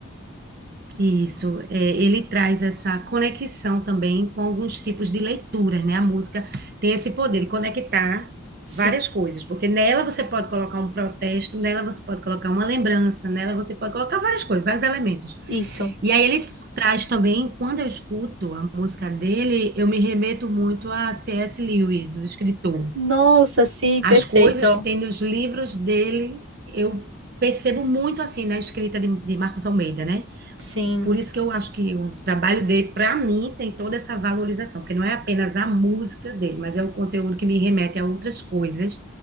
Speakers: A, on the right (about 45°); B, on the right (about 65°).
A: Isso, é, ele traz essa conexão também com alguns tipos de leituras, né? A música tem esse poder de conectar
B: Sim.
A: várias coisas, porque nela você pode colocar um protesto, nela você pode colocar uma lembrança, nela você pode colocar várias coisas, vários elementos.
B: Isso.
A: E aí ele traz também, quando eu escuto a música dele, eu me remeto muito a C.S. Lewis, o escritor.
B: Nossa, sim, perfeito.
A: As coisas que tem nos livros dele, eu percebo muito assim na escrita de, de Marcos Almeida, né?
B: Sim,
A: Por isso que eu acho que o trabalho dele, para mim, tem toda essa valorização, porque não é apenas a música dele, mas é um conteúdo que me remete a outras coisas